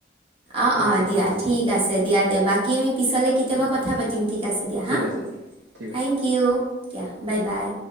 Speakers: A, on the right (about 30°); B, on the right (about 80°).
A: অ, অ,
B: চেষ্টা
A: দিয়া
B: কৰিম
A: ঠিক আছে দিয়া দে বাকী আমি পিছলৈকে কেতিয়াবা কথা পাতিম। ঠিক আছে দিয়া
B: ঠিক
A: হা
B: আছে দিয়া ঠিক
A: থেংক
B: আছে
A: ইউ দিয়া বাই বাই।